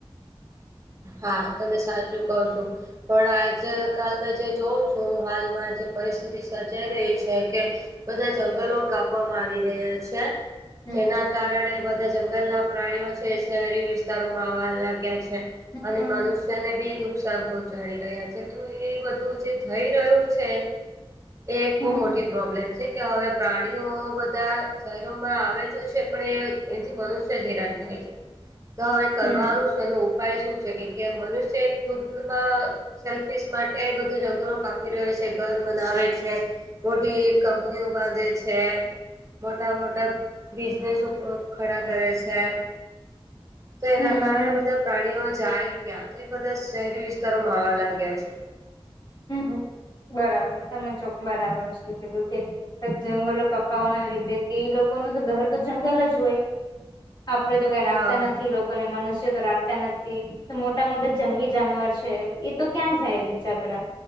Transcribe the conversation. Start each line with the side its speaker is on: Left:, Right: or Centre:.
Right: હા તમે સાચું કો છો પણ આજ કલ મેં જે જોઉં છું હાલમાં જે પરિસ્થિતિ સર્જાઈ રહી છે કે બધા જંગલો કાપવામાં આવી રહ્યા છે
Left: હમ
Right: જેના કારણે બધા જંગલના પ્રાણીઓ છે શહેરી વિસ્તારોમાં આવવા લાગ્યા છે
Left: હમ
Right: અને મનુ તેને બી નુકસાન પહોચાડી રહ્યા છે તો એ બધું જે થઈ રહ્યું છે એ એક
Left: હમ
Right: બહુ મોટી પ્રોબ્લેમ છે કે હવે પ્રાણીઓ બધા શહેરોમાં આવે તો છે પણ એથી મનુષ્ય હેરાન થાય છે.
Left: <inaudible>
Right: તો હવે કરવાનું
Left: હમ
Right: શું એનો ઉપાય શું છે? કે મનુષ્ય ખુદમાં સેલ્ફીસ માટે બધું જંગલો કાપી રહ્યો છે ઘર બનાવે છે મોટી કંપનીઓ બાંધે છે મોટા મોટા બિઝનેસ ખડા કરે છે તો એના
Left: હમ
Right: કારણે બધા પ્રાણીઓ જાય ક્યાં તો એ બધા શહેરી વિસ્તારોમાં આવા લાગ્યા છે.
Left: હમ બરાબર તમે ચો બરાબર વસ્તુ કીધું કેટ જંગલો કપાવાના લીધે કે એ લોકો ન તો ઘર તો જંગલ જ હોય આપડે તો કઈ રાખતા
Right: હા.
Left: નથી લોકો કોને મનુષ્ય તો રાખતા નથી મોટા મોટા જંગલી જાનવર છે એ તો ક્યાં જાય બીચાકડા?